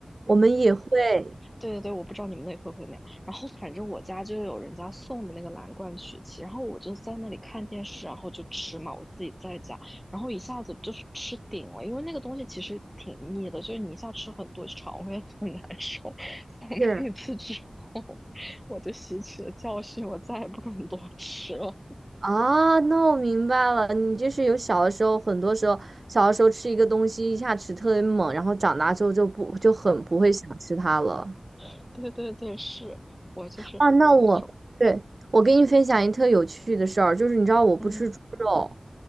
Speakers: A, on the right (about 60°); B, in the centre.
A: 我们也会。
B: 对对对，我不知道你们那里会不会那样。然后反正我家就有人家送的那个蓝罐曲奇，然后我就在那里看电视，然后就吃嘛，我自己在家，然后一下子就是吃顶了，因为那个东西其实挺腻的，就是你一下吃很多，肠胃很难受。<laughs> 从那一次之后，
A: 是。
B: 我就吸取了教训，我再也不敢多吃了。
A: 啊，那我明白了，你就是有小的时候，很多时候小的时候吃一个东西一下吃特别猛，然后长大之后就不就很不会想吃它了。
B: <laughs> 对对对，是我就是那种，
A: 啊，那我，对，我给你分享一特有趣的事儿，就是你知道我不吃猪肉，
B: 嗯